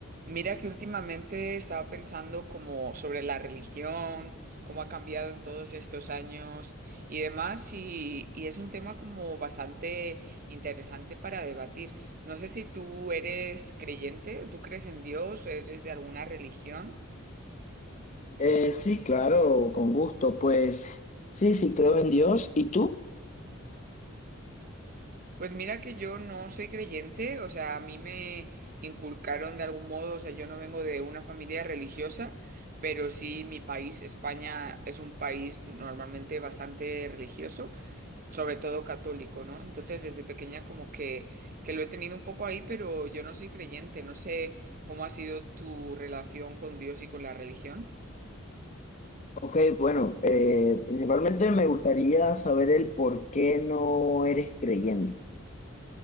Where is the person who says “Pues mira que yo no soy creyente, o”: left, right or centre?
Right